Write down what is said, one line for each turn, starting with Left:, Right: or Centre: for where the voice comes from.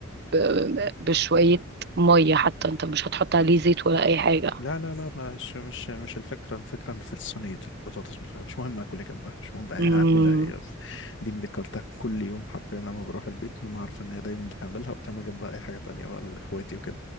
Right: ب- بشوية مية حتى أنت مش هتحط عليه زيت ولا أي حاجة
Left: لا لا لا مش مش مش الفكرة الفكرة إن في صينية البطاطس بالفعل مش مهم اكل إيه جنبها مش مهم بقى
Right: مم.
Left: هاكلها ايه بس دي اللي كرتها كل يوم حرفيا لما بروح البيت ماما عارفة ان هي دايما بتعملها وبتعمل جنبها اي حاجة تانية بقى اخواتي وكده